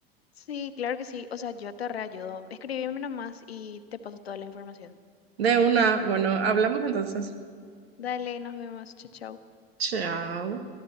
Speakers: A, on the left (about 80°); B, on the right (about 80°).
A: Sí, claro que sí, o sea, yo te reayudo. Escríbeme nomás y te paso toda la información.
B: De una, bueno, hablamos entonces.
A: Dale, nos vemos, chau, chau.
B: Chao.